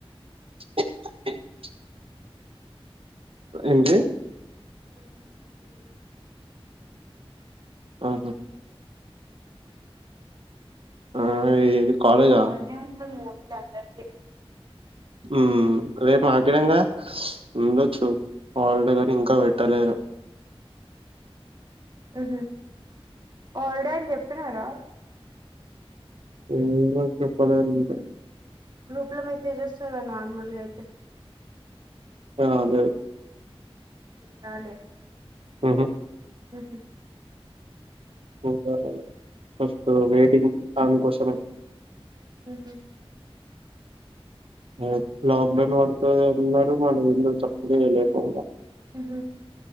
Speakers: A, on the right; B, on the right.
A: <unintelligible> ఎంది
B: రేప్ మా మమ్మి బుడంకాయ్ పప్పు చేస్తది
A: ఆహా
B: ఇప్పుడు
A: ఆ ఈ కాలేజా
B: <inaudible> మా వదినే ఉంటుంది గా లందరికీ
A: ఉమ్ రేప్ ఆగ్గిడం గదా ఉండొచ్చు హల్డే గని ఇంకా పెట్టలేరు
B: ఉహు హాల్డే ఆన్ చెప్పినారా
A: ఏమో చెప్పలేద్ ఇంకా
B: గ్రూప్ లో మెసేజ్ చేస్తాద్ గా నార్మల్గా అయితే
A: ఆ అదే
B: నీ పేర్ రాలే
A: ఉహుం
B: ఉహుమ్
A: చూడాలే అస్తు వెయిటింగ్ తాని కోసమే
B: ఉహూ
A: ఉమ్ లాక్డౌన్ పడితే అందరూ మన ఇండ్ల సేప్డే లేకుండే
B: ఉహు